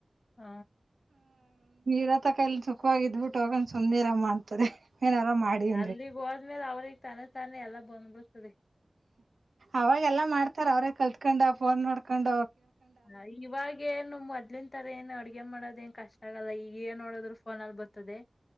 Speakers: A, on the left (about 65°); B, on the right (about 90°).
A: ಹು
B: ಇರತಕ ಇಲ್ ಸುಖವಾಗಿ ಇದ್ಬಿಟ್ಟು ಹೋಗೊನ ಸುಮ್ನಿರಮ್ಮ ಅಂತಾರೆ. ಏನಾರ
A: ಹಾ
B: ಮಾಡಿ ಅಂದ್ರೆ
A: ಅಲ್ಲಿಗ್ ಹೋದ್ಮೇಲೆ ಅವ್ರಿಗೆ ತಾನೆ ತಾನೇ ಎಲ್ಲ ಬಂದ್ಬಿಡ್ತದೆ.
B: ಅವಾಗೆಲ್ಲ ಮಾಡ್ತಾರ ಅವ್ರೇ ಕಲ್ತ್ಕೊಂಡ ಫೋನ್ ನೋಡ್ಕೊಂಡ.
A: ಹ ಇವಾಗೇನು ಮೊದ್ಲನ್ ತರ ಏನ್ ಅಡ್ಗೆ ಮಾಡೋದು ಏನ್ ಕಷ್ಟ ಆಗಲ್ಲ, ಈಗ ಏನ್ ನೋಡೋರು ಫೋನ ಅಲ್ಲಿ ಬರ್ತದೆ.